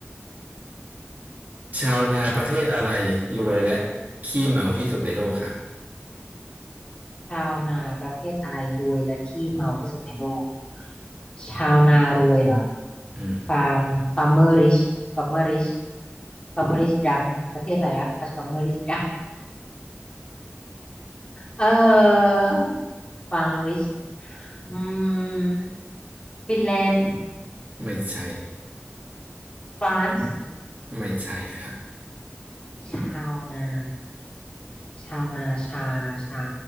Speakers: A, on the right (about 45°); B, on the left (about 25°).
A: ชาวนาประเทศอะไรรวยและขี้เมาที่สุดในโลกครับ
B: ชาวนาประเทศอะไรรวยและขี้เมาที่สุดในโลก ชาวนารวยเหรอ
A: อืม
B: ฟาร์มฟาร์มเมอร์ริชฟาร์มเมอร์ริชฟาร์มเมอร์ริชดังประเทศอะไรวะฟาร์ม <laughs> เมอร์ริชดังเออฟาร์มริชอืมฟินแลนด์
A: ไม่ใช่
B: ฟรานซ์
A: ไม่ใช่ครับ
B: ชาวนาชาวนาชาชา